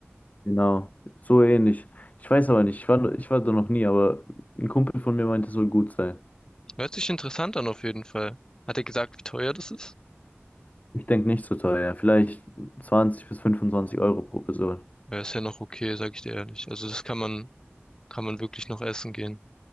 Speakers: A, on the left; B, on the left.
A: Genau, so ähnlich. Ich weiß aber nicht, ich war, ich war da noch nie, aber ein Kumpel von mir meinte, es soll gut sein.
B: Hört sich interessant an auf jeden Fall. Hat er gesagt, wie teuer das ist?
A: Ich denke nicht so teuer, Ja, vielleicht 20 bis 25 Euro pro Person.
B: Ja, ist ja noch okay, sag ich dir ehrlich. Also das kann man, kann man wirklich noch essen gehen.